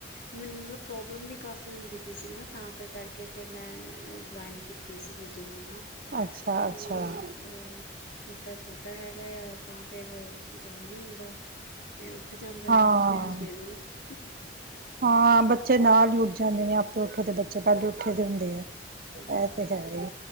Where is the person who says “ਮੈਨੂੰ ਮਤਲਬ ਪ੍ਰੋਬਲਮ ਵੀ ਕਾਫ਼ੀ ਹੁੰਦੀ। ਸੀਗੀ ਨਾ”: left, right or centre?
Left